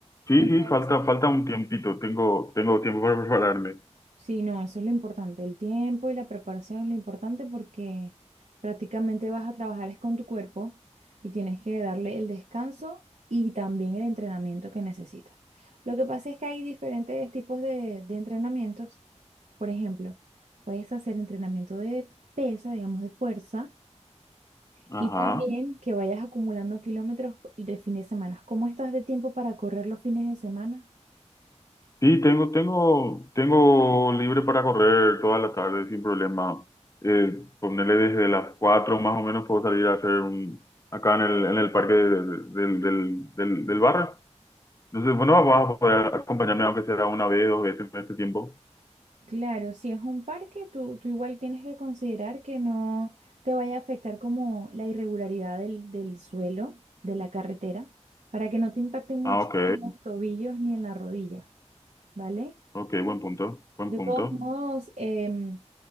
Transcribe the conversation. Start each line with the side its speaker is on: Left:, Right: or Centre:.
Left: sí,
Right: Entonces.
Left: sí, falta, falta un tiempito. Tengo, tengo tiempo para prepararme.
Right: Sí, no, eso es lo importante. El tiempo y la preparación es lo importante porque prácticamente vas a trabajar es con tu cuerpo y tienes que darle el descanso y también el entrenamiento que necesitas. Lo que pasa es que hay diferentes tipos de, de entrenamientos. Por ejemplo, puedes hacer entrenamiento de pesa, digamos, de fuerza, y
Left: Ajá.
Right: Ujú. también que vayas acumulando kilómetros de fin de semana. ¿Cómo estás de tiempo para correr los fines de semana?
Left: Sí, tengo, tengo, tengo libre para correr toda la tarde sin problema. Eh, ponerle desde las 4 más o menos puedo salir a hacer un, acá en el, en el parque de- de- del, del, del, del barrio. Entonces, bueno, vas a poder acompañarme aunque sea una vez, dos veces en este tiempo.
Right: Claro, si es un parque, tú, tú igual tienes que considerar que no te vaya a afectar como la irregularidad del, del suelo, de la carretera, para que no te impacte mucho
Left: Ah, ok,
Right: en los tobillos ni en la rodilla, ¿vale?
Left: ok, buen punto, buen
Right: De
Left: punto.
Right: todos modos, em,